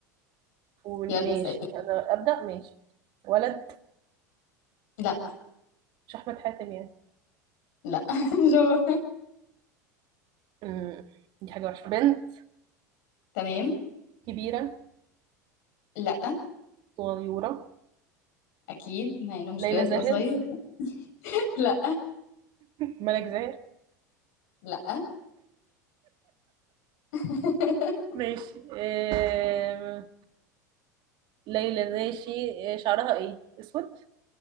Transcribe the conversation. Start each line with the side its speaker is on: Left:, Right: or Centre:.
Right: قولي
Left: يلا
Right: ماشي
Left: اسالي
Right: انا ابدا ماشي ولد
Left: لا
Right: مش احمد حاتم يعني
Left: لا <laughs> مش هو
Right: مم. دي حاجه وحشه بنت
Left: تمام
Right: كبيره
Left: لا
Right: صغيره
Left: اكيد ما هي لو مشكله
Right: ليلى
Left: تبقى
Right: زاهر
Left: صغير لا
Right: ملك زاهر
Left: لا <laughs>
Right: ماشي آم، ليلى ماشي آه، شعرها ايه اسود